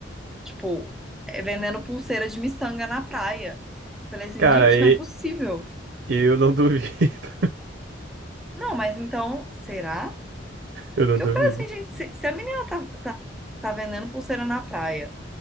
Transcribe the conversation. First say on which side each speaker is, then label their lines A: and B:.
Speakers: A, in the centre; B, on the right.
A: Tipo, é vendendo pulseira de miçanga na praia. Falei assim,
B: Cara,
A: gente,
B: e-
A: não é possível.
B: eu não duvido. <laughs>
A: Não, mas então, será?
B: Eu não
A: Porque
B: duvido.
A: eu falei assim, gente, se, se a menina tá, tá, tá vendendo pulseira na praia